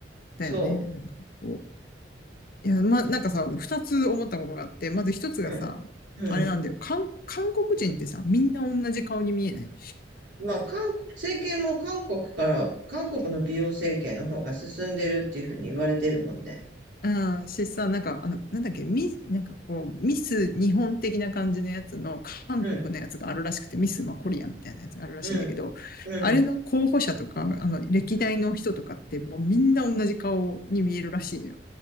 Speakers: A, on the left; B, on the right.
A: だよね。
B: そ
A: なんかこう。いや、ま、なんかさ、二つ思ったことがあって、まず一つがさ、
B: う。うん。
A: あれなんだよ。
B: うん。
A: 韓、韓国人ってさ、みんな同じ顔に見えない。
B: まあ、韓国、整形も韓国から、韓国の美容整形の方が進んでるっていうふうに言われてるもんね。
A: うん、しさ、なんか、あの、なんだっけ、ミ、なんかこう、ミス日本的な感じのやつの、韓国のやつがあるらしくて、
B: うん。
A: ミス、まあ、コリアみたいなやつがあるらしいんだけど、
B: うん。うん。
A: あれの候補者とか、あの、歴代の人とかって、もうみんな同じ顔に見えるらしいのよ。